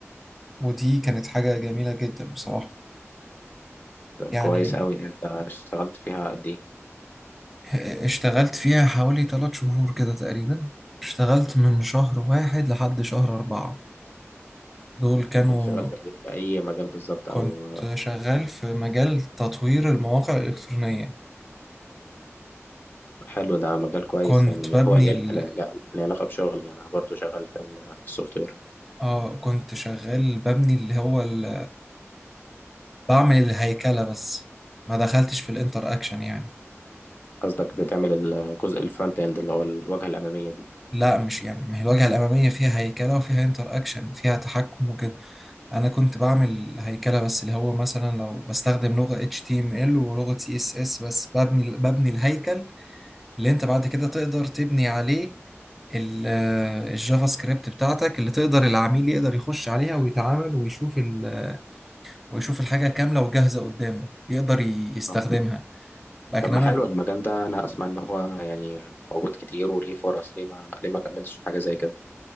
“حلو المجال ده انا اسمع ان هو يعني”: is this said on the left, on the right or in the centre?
Left